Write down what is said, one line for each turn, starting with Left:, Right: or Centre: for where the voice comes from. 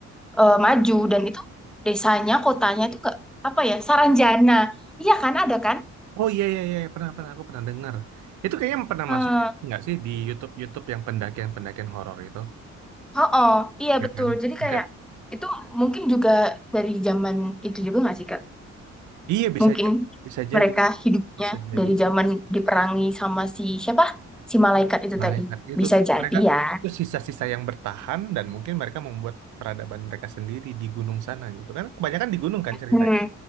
Centre: eh, maju dan itu desanya, kotanya itu ke apa ya Saranjana. Iya kan ada kan?
Right: Oh iya iya iya pernah pernah aku pernah dengar. Itu kayaknya pernah
Centre: Eh,
Right: masuk nggak sih di YouTube YouTube yang pendakian pendakian horor itu,
Centre: oh, oh, iya
Right: ya
Centre: betul.
Right: kan?
Centre: Jadi
Right: Oke.
Centre: kayak itu mungkin juga dari zaman itu juga nggak sih Kak?
Right: Iya bisa
Centre: Mungkin
Right: j- bisa jadi
Centre: mereka hidupnya
Right: bisa jadi
Centre: dari zaman diperangi sama si siapa? Si malaikat itu
Right: malaikat
Centre: tadi.
Right: itu
Centre: Bisa
Right: tuh.
Centre: jadi
Right: mereka
Centre: ya.
Right: itu sisa-sisa yang bertahan dan mungkin mereka membuat peradaban mereka sendiri di gunung sana gitu kan? Kebanyakan di gunung kan ceritanya.
Centre: Hmm.